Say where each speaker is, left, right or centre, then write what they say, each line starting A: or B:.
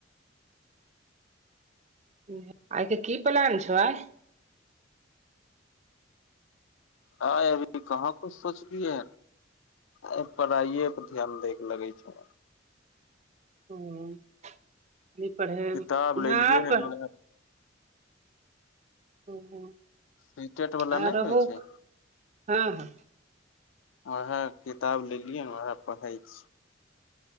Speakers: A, on the right (about 35°); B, on the left (about 75°).
A: आर आइ के की प्लान छौ आइ।
B: आइ अभी कहाँ कुछ सोचलियै। आब पढ़ाइए पर ध्यान दैके लगै छै।
A: हूँ इ पढ़ैब
B: किताब लेलियै
A: हँप
B: हन
A: <unintelligible>
B: सीटेट वाला
A: आरहोक
B: नहि होइ छै
A: हँ हँ।
B: आहाँ उएह किताब लेलियै न उएह पढ़ै छी।